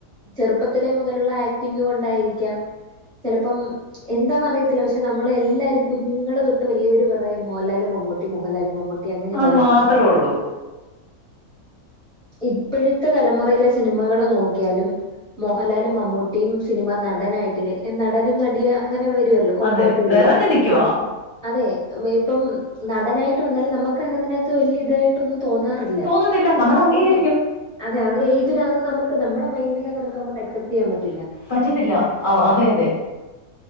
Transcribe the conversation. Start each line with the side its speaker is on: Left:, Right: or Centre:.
Centre: ചെറുപ്പത്തിലെ മുതലുള്ള ആക്ടിംഗ് കൊണ്ടായിരിക്കാം ചിലപ്പം എന്താന്നറിയത്തില്ല പക്ഷെ നമ്മൾ എല്ലാരും കുഞ്ഞുങ്ങള് തൊട്ട് വലിയവര് പറയാ മോഹൻലാല് മമ്മൂട്ടി മോഹൻലാല് മമ്മൂ ട്ടി അങ്ങനയേ
Left: അത്
Centre: പറയൂ.
Left: മാത്രേ ഉള്ളൂ
Centre: ഇപ്പോഴത്തെ തലമു റയിലെ സിനിമകള് നോക്കിയാലും മോഹൻലാലും മമ്മൂട്ടിയും സിനിമ നടനായിട്ടില്ല നടനും നടിയാ അങ്ങനെ വരുമല്ലോ. കോമ്പോ
Left: അതെ
Centre: ആയിട്ട് വരുമല്ലോ.
Left: നിറഞ്ഞു നിക്കുവാ
Centre: അതെ മേ ഇപ്പം നടനായിട്ട് വന്നാലും നമുക്ക് അങ്ങ് അയ്നകത്ത് വലിയ ഇതായിട്ടൊന്നും തോന്നാ റില്ല.
Left: തോന്നുന്നില്ല
Centre: അത്
Left: നമ്മൾ അംഗീകരിക്കും
Centre: ഇല്ല. അതെ അവര് ഏജ്ഡ് ആണെന്ന് നമുക്ക് നമ്മുടെ മൈൻഡില് അത് നമുക്ക് ആക്സെപ്റ്റ് ചെയ്യാൻ പറ്റില്ല.
Left: പറ്റത്തില്ല അതെ അതെ.